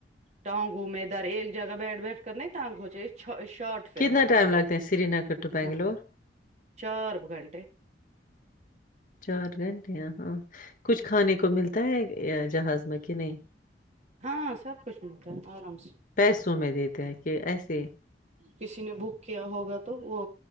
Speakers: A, on the right; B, on the left.
A: ٹانگوں میں ادھر ایک جگہ بیٹھ بیٹھ کر نہیں ٹنگ شارٹ پھر
B: کتنا
A: ہونا
B: ٹائم
A: چاہیے
B: لگتے ہیں سری نگر ٹو بنگلور
A: ہاں چار گھٹے
B: چار گھنٹے ہاں ہا کچھ کھانے کو ملتا ہے جہاز میں کہ نہیں
A: ہاں سب کچھ ملتا ہے آرام سے
B: پیسوں میں دیتے ہیں کہ ایسے
A: کسی نے بک کیا ہوگا تو وہ